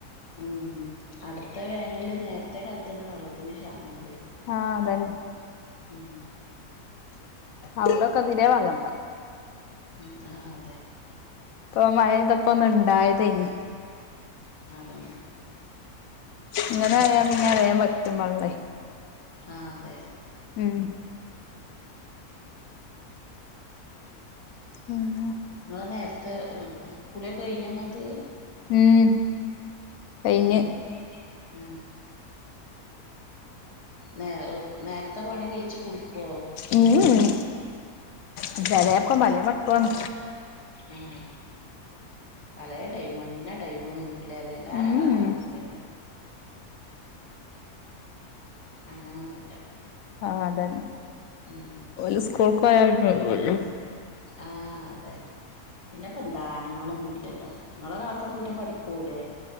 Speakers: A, on the left (about 20°); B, on the left (about 70°).
A: ഉം അടുത്ത വേനല് നേരത്തെ കാലത്ത്ന്നെ വെള്ളത്തിന് ക്ഷാമം വരും
B: ആഹ് അതന്നെ
A: ഉം
B: അവിടൊക്കെ തിരേ വെള്ള
A: ഉം ആ അതെ
B: ഇപ്പൊ മഴതപ്പൊ ഒന്ന് ഇണ്ടായതേനി
A: തന്നെ
B: ഇങ്ങനായാ പിന്നെ വേഗം വറ്റും വള്ളേ
A: ആഹ് അതെ
B: ഉം ഉം
A: നിങ്ങളെ നേരത്തെ കുളിയൊക്കെ കഴിഞ്ഞൊങ്ങള്ത്
B: ഉം കഴിഞ്ഞ്
A: അതെ ആ നേ നേരത്തെ പണി കഴിച്ച് കുളിക്കൊ
B: ഉം ഉം ഉം ചെലേപ്പം പലേമട്ടുവാണ്
A: ആഹ് പലേ ടൈമാ ഇന്ന ടൈമ് ഒന്നുംല്ലല്ലെ എല്ലാര
B: ഉം
A: കഥി
B: ഉം
A: അങ്ങതന്നെ അങ്ങനൊന്നുല്ല
B: ആ അതന്നെ
A: ഉം
B: ഓല് സ്കൂളക്കോയാ കഴിയൂലെ
A: ആ അതെ പിന്നെപ്പെന്താ ആണുങ്ങളൊന്നും ഇല്ലല്ലോ നിങ്ങളെ കാക്ക പിന്നെ പണിക്കോവൂലേ